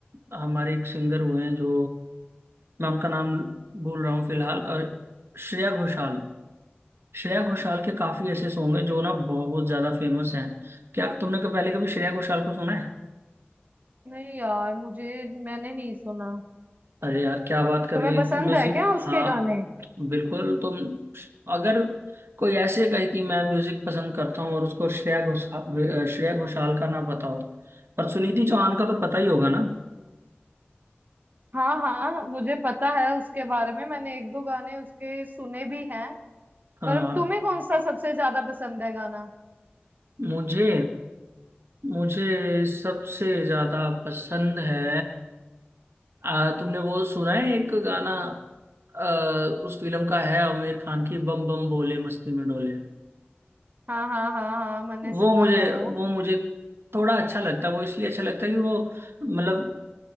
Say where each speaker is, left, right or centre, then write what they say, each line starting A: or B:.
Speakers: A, on the right; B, on the right.
A: हमारे एक सिंगर हुए हैं जो मैं उनका नाम भूल रहा हूँ फिलहाल अ, श्रेया घोषाल श्रेया घोषाल के काफी ऐसे सॉन्ग हैं जो ना बहुत ज्यादा फेमस हैं क्या तुमने कभी पहले कभी श्रेया घोषाल को सुना है
B: नहीं यार मुझे मैंने नहीं सुना
A: अरे यार क्या बात कर
B: तुम्हें
A: रही
B: पसंद
A: हो म्यूजिक
B: है क्या उसके
A: हाँ
B: गाने
A: बिल्कुल तुम अगर कोई ऐसे कहे कि मैं म्यूजिक पसंद करता हूँ और उसको श्रेया घोषाल श्रेया घोषाल का ना पता हो पर सुनीति चौहान का तो पता ही होगा ना
B: हाँ हाँ मुझे पता है उसके बारे में मैंने एक दो गाने उसके सुने भी हैं
A: हाँ
B: पर तुम्हें कौन सा सबसे ज्यादा पसंद है गाना
A: मुझे मुझे सबसे ज्यादा पसंद है आ, तुमने वो सुना है एक गाना आ, उस फिल्म का है आमिर खान की बम बम भोले मस्ती में डोले
B: हाँ हाँ हाँ हाँ मैंने
A: वो
B: सुना
A: मुझे
B: है वो
A: वो मुझे थोड़ा अच्छा लगता है वो इसलिए अच्छा लगता है कि वो मतलब